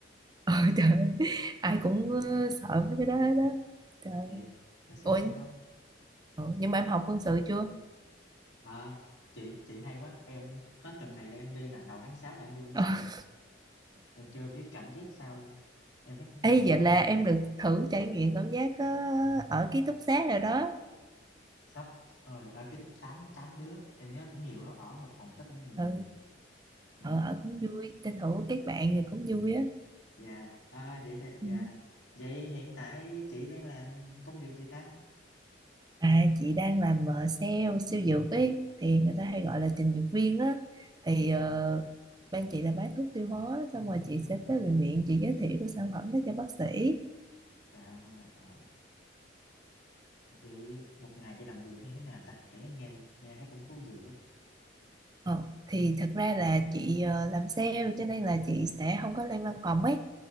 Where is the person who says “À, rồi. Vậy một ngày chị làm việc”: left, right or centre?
Left